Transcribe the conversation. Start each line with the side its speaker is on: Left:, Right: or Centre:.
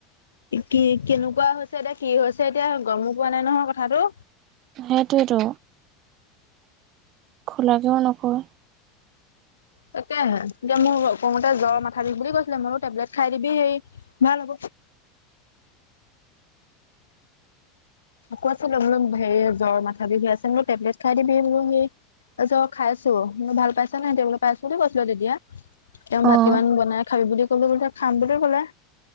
Left: কি কেনেকুৱা হৈছে এতিয়া কি হৈছে এতিয়া গমো পোৱা নাই নহয় কথাটো
Right: সেইটোয়েতো খোলাকেও নকয়
Left: তাকেহে এতিয়া মোক কওতে জ্বৰ মাথা বিষ বুলি কৈছিলে মই বোলো টেবলেট খাই দিবি সেই ভাল হ'ব কোৱাচোন বোলো হেৰি জ্বৰ মাথা বিষ হৈ আছে বোলো টেবলেট খাই দিবি মোলো সি তাছত খাইছো ম ভাল পাইছে নাই তেওঁলাক? পাইছো বুলি কৈছিলে তেতিয়া তেওঁ ভাত
Right: অ',
Left: কিমান বনাই খাবি বুলি কলো বুলি তেওঁ খাম বুলি ক'লে।